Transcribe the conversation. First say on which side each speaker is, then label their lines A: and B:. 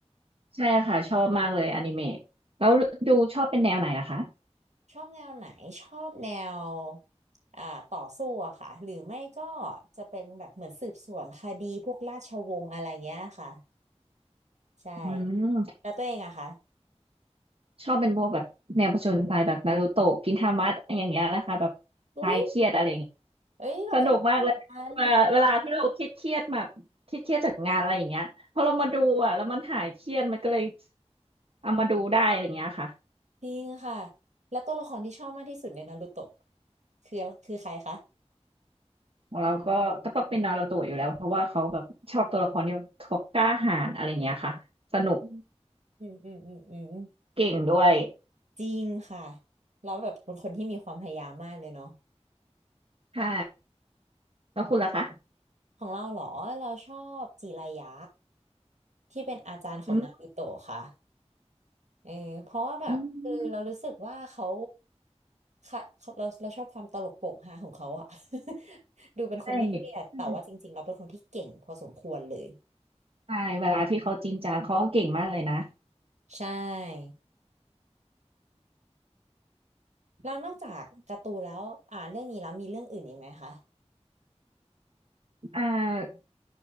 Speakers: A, on the right; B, on the right.
A: ใช่ค่ะชอบมากเลยอนิเมะแล้วดูชอบเป็นแนวไหนนะคะ
B: ชอบแนวไหนชอบแนวอ่าต่อสู้อะค่ะหรือไม่ก็จะเป็นแบบเหมือนสืบสวนคดีพวกราชวงศ์อะไรเงี้ยค่ะใช่
A: อืม
B: แล้วตัวเองอะคะ
A: ชอบเป็นพวกแบบแนวผจญภัยแบบนารูโตะกินทามะอย่างเงี้ยนะคะแบบคลายเครียดอะไรอย่างเงี้ย
B: อุ้ยเอ้ยเราก็ดูเหมือนกัน
A: สนุกมากเลยเวลาเวลาที่เราเครียดเครียดแบบเครียดเครียดจากงานอะไรอย่างเงี้ยพอเรามาดูอ่ะแล้วมันหายเครียดมันก็เลยเอามาดูได้อะไรอย่างเงี้ยค่ะ
B: จริงค่ะแล้วตัวละครที่ชอบมากที่สุดในนารูโตะคือคือใครคะ
A: ของเราก็ก็ต้องเป็นนารูโตะอยู่แล้วเพราะว่าเขาแบบชอบตัวละครที่แบบเขากล้าหาญอะไรเงี้ยค่ะสนุก
B: อืมอืมอืมอืมอืม
A: เก่งด้วย
B: จริงค่ะแล้วแบบเป็นคนที่มีความพยายามมากเลยเนาะ
A: ใช่แล้วคุณล่ะคะ
B: ของเราเหรอเราชอบจิรายะที่เป็นอาจารย์ของนารูโตะค่ะ
A: อืม
B: เออเพราะว่าแบบคือเรารู้สึกว่าเขา
A: อืม
B: ค่ะเขาเราเราชอบความตลกโปกฮาของเขาอะ <laughs> ดูเป็นคนไม่เครียดแต่ว่าจริงๆเราเป็นคนที่เก่งพอสมควรเลย
A: ใช่ใช่ใช่เวลาที่เขาจริงจังเขาก็เก่งมากเลยนะ
B: ใช่ แล้วนอกจากการ์ตูนแล้วอ่าเรื่องนี้แล้วมีเรื่องอื่นอีกไหมคะ
A: อ่า